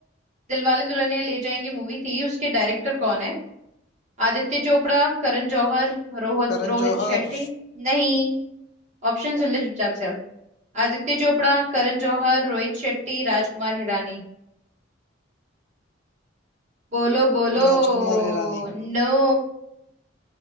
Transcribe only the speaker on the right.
दिलवाले दुल्हनिया ले जाएंगे मूवी थी उसके डायरेक्टर कौन है आदित्य चोपड़ा करण जौहर रोहित
रोहित
शेट्टी नहीं ऑप्शन सुन ले चुपचाप से अब। आदित्य चोपड़ा करण जौहर रोहित शेट्टी राजकुमार हिरानी बोलो बोलो
नो